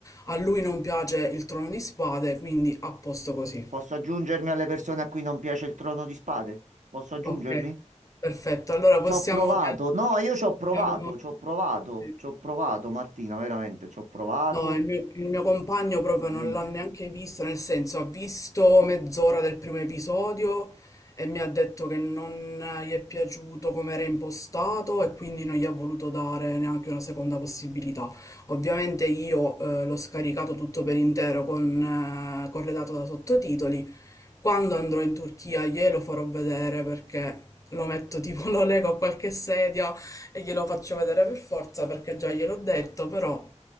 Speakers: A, on the left; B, on the right.
A: a lui non piace il Trono di Spade, quindi a posto così.
B: Posso aggiungermi alle persone a cui non piace il Trono di Spade? Posso aggiungermi?
A: Ok, perfetto. Allora
B: Ci
A: possiamo...
B: ho provato. No, io ci ho provato,
A: possiamo...
B: ci ho provato,
A: sì.
B: ci ho provato, Martina, veramente, ci ho provato.
A: No, il mio, il mio compagno proprio
B: Niente.
A: non l'ha neanche visto, nel senso ha visto mezz'ora del primo episodio e mi ha detto che non gli è piaciuto come era impostato e quindi non gli ha voluto dare neanche una seconda possibilità. Ovviamente io eh, l'ho scaricato tutto per intero con, eh, corredato da sottotitoli quando andrò in Turchia glielo farò vedere perché lo metto tipo, <laughs> lo lego a qualche sedia e glielo faccio vedere per forza perché già gliel'ho detto, però